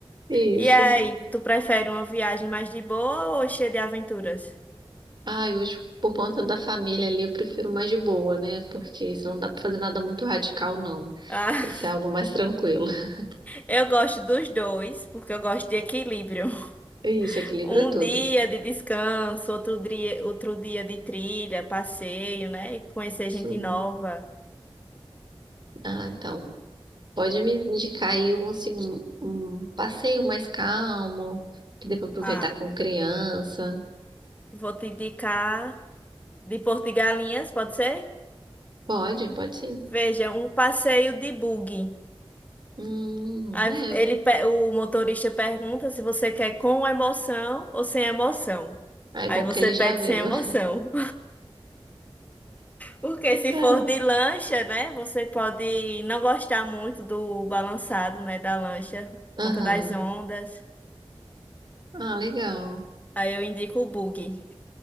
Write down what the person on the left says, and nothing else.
E aí, tu prefere uma viagem mais de boa ou cheia de aventuras?
<laughs>
Eu gosto dos dois, porque eu gosto de equilíbrio. <laughs>
Um
dia de descanso, outro dia, outro dia de trilha, passeio, né? Conhecer
gente nova.
Ah,
vou te indicar de Porto de Galinhas, pode ser?
Veja, um passeio de buggy.
Aí
ele, pe- o motorista pergunta se você quer com emoção ou sem emoção.
Aí
você
pede
sem
emoção.
Porque se
for de lancha, né, você pode não gostar muito do balançado, né, da lancha,
por conta das ondas.
Aí eu indico o bug.